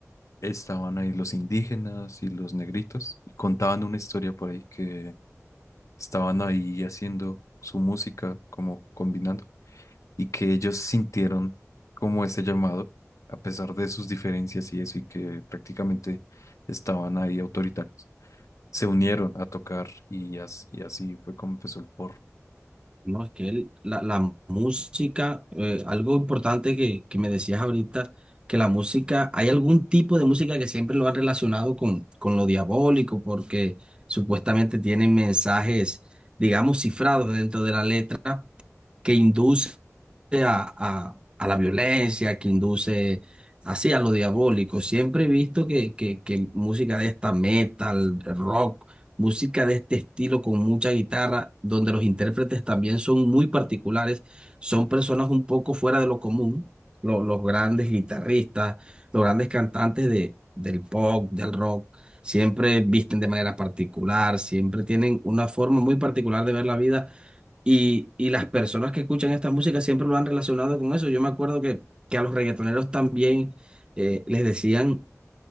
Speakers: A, on the left (about 70°); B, on the right (about 20°).
A: estaban ahí los indígenas y los negritos y contaban una historia por ahí que estaban ahí haciendo su música, como combinando y que ellos sintieron como ese llamado, a pesar de sus diferencias y eso, y que prácticamente estaban ahí autoritarios. Se unieron a tocar y, as- y así fue como empezó el porro.
B: No, es que el- la, la música, eh, algo importante que, que me decías ahorita, que la música, hay algún tipo de música que siempre lo han relacionado con, con lo diabólico, porque supuestamente tienen mensajes, digamos, cifrados dentro de la letra que induce a, a- a la violencia, que induce así a lo diabólico. Siempre he visto que, que, que música de esta metal, rock, música de este estilo con mucha guitarra, donde los intérpretes también son muy particulares, son personas un poco fuera de lo común, lo- los grandes guitarristas, los grandes cantantes de, del pop, del rock. Siempre visten de manera particular, siempre tienen una forma muy particular de ver la vida y, y las personas que escuchan esta música siempre lo han relacionado con eso. Yo me acuerdo que, que a los reggaetoneros también eh, les decían,